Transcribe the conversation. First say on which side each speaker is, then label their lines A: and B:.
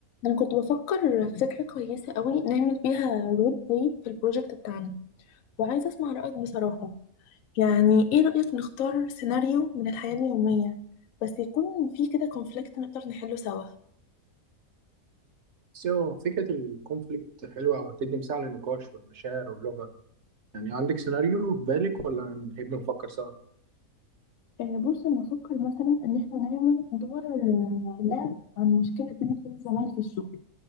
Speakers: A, on the left (about 70°); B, on the right (about 55°).
A: انا كنت بفكر في فكره كويسه قوي نعمل بيها رول بلاي في البروجكت بتاعنا وعايزه اسمع رايك بصراحه يعني ايه رايك نختار سيناريو من الحياه اليوميه بس يكون فيه كده كونفليكت نقدر نحله سوا
B: بس هو فكرة الكونفليكت حلوة وهتدي مساحة للنقاش والمشاعر واللغة يعني عندك سيناريو في بالك ولا نحب نفكر سوا؟
A: آه، بص انا بفكر مثلا ان احنا نعمل دور آه، لعب عن مشكله بين اتنين زمايل في الشغل